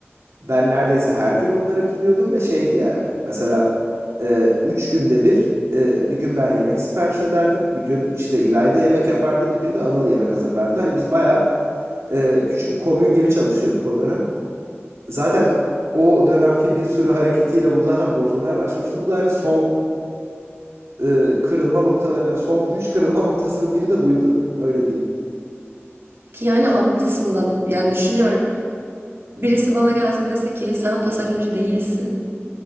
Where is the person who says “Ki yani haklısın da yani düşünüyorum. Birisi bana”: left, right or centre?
Right